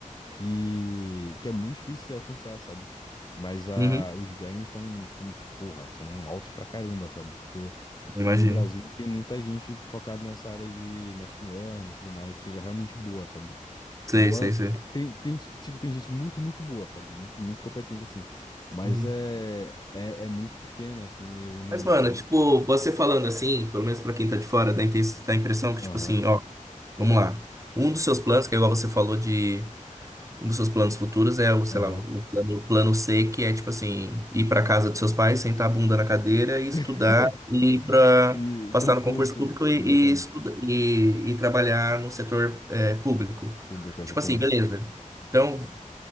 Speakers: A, on the left; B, on the right.
A: Que, que é muito difícil você alcançar, sabe? Mas a,
B: Uhum.
A: os ganhos são, são, porra, são altos pra caramba, sabe? Porque
B: Eu
A: no
B: Imagino.
A: Brasil não tem muita gente focada nessa área de machine learning e tudo mais, que seja realmente boa, sabe?
B: Sei,
A: Boa.
B: sei, sei.
A: Tem, tem, tipo, tem gente muito, muito boa, sabe? Muito, muito competente, assim. Mas
B: Uhum.
A: é, é, é muito pequeno, assim, o número,
B: Mas, mano,
A: sabe?
B: tipo, você falando assim, pelo menos pra quem tá de fora, dá, a inten- dá a impressão que,
A: Aham,
B: tipo assim, ó, vamos lá. Um dos seus planos, que é igual você falou de Um dos seus planos futuros é o, sei
A: aham.
B: lá, o plano, o plano C, que é tipo assim, ir para casa dos seus pais, sentar a bunda na cadeira e estudar
A: <laughs>
B: e para
A: E
B: passar
A: concurso,
B: no concurso público e,
A: exatamente.
B: e, estuda- e, e trabalhar no setor é, público.
A: Público, exatamente.
B: Tipo assim, beleza. Então,